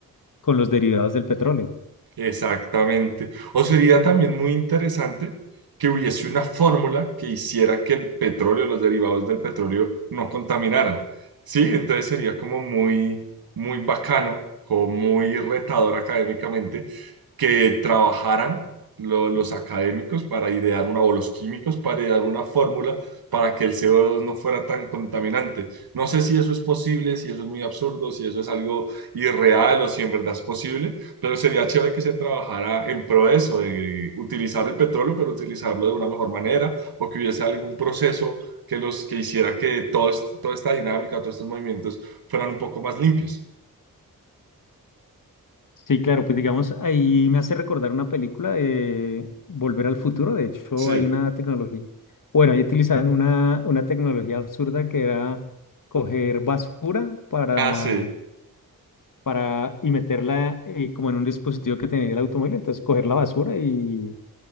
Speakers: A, on the left; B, on the right.
A: con los derivados del petróleo.
B: Exactamente. O sería también muy interesante que hubiese una fórmula que hiciera que el petróleo, los derivados del petróleo, no contaminaran. Sí, entonces sería como muy, muy bacano o muy retador académicamente que trabajaran lo- los académicos para idear una, o los químicos para idear una fórmula para que el co dos no fuera tan contaminante. No sé si eso es posible, si eso es muy absurdo, si eso es algo irreal o si en verdad es posible, pero sería chévere que se trabajara en pro de eso, de utilizar el petróleo, pero utilizarlo de una mejor manera, o que hubiese algún proceso que los que hiciera que todo, est- toda esta dinámica, todos estos movimientos fueran un poco más limpios.
A: Sí, claro, pues digamos, ahí me hace recordar una película de Volver al Futuro. De hecho,
B: Sí,
A: hay una tecnología, bueno, ahí utilizaron una, una tecnología absurda que era coger basura para,
B: ah, sí,
A: para y meterla eh, como en un dispositivo que tenía el automóvil. Entonces, coger la basura y,